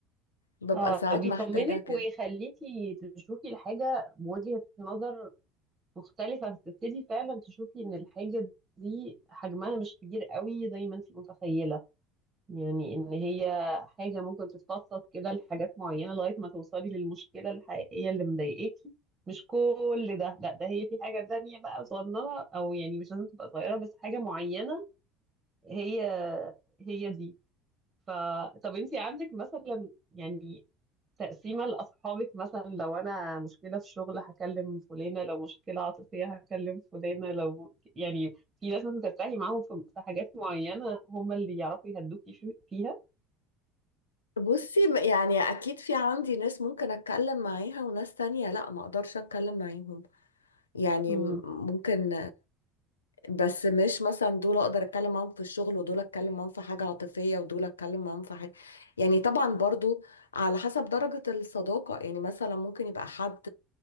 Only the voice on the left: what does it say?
ببقى
ساعات
محتاجه كده
بصي م- يعني اكيد في عندي ناس ممكن اتكلم معاها وناس تانية لا ما اقدرش اتكلم معاهم يعني
م- ممكن بس مش مثلا دول اقدر اتكلم معاهم في الشغل ودول اتكلم معاهم في حاجة عاطفية ودول اتكلم معاهم في حاجة يعني طبعا برضو على حسب درجة الصداقة يعني مثلا ممكن يبقى حد